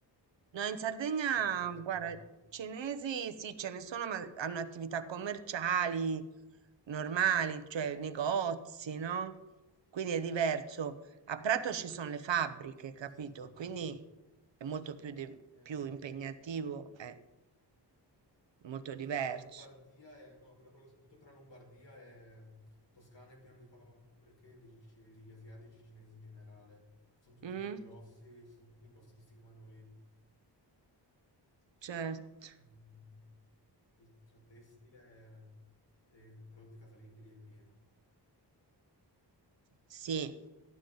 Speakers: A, on the right (about 85°); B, on the left (about 80°).
A: No, in Sardegna,
B: Ci sono tante cinesi
A: guarda,
B: comunque, eh?
A: cinesi sì, ce ne sono, ma hanno attività commerciali normali, cioè negozi, no? Quindi è diverso. A Prato ci sono le fabbriche, capito?
B: Sì, tipo quelle
A: Quindi
B: cose.
A: è molto più, di-
B: Eh,
A: più impegnativo, è molto
B: no,
A: diverso.
B: t- tra Lombardia e... No, quella, quella che soprattutto tra Lombardia e Toscana è pieno di fabbriche di, ci- di asiatici cinesi in generale. Sono tutti
A: Mm?
B: gli ingrossi, ci sono tutti i grossisti che vanno lì.
A: Certo,
B: Mamma mia. Il, tra tessile e e prodotti casalinghi lì è pieno.
A: sì,